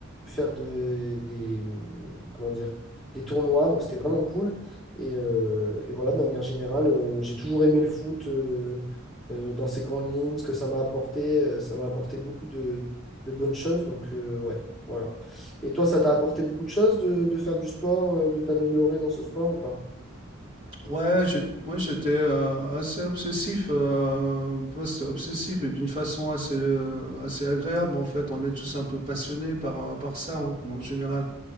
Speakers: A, in the centre; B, on the right (about 35°).
A: faire de- des, comment dire, des tournois, donc c'était vraiment cool. Et, euh, et voilà, de manière générale, euh, j'ai toujours aimé le foot euh, euh, dans ses grandes lignes, ce que ça m'a apporté, euh, ça m'a apporté beaucoup de, de bonnes choses. Donc euh, ouais, voilà. Et toi, ça t'a apporté beaucoup de choses de, de faire du sport, euh, de t'améliorer dans ce sport ou pas?
B: Ouais, j'ai- moi j'étais euh, assez obsessif, euh, ouais, c'est obsessif et d'une façon assez, euh, assez agréable en fait. On est tous un peu passionnés par, euh, par ça en, en général.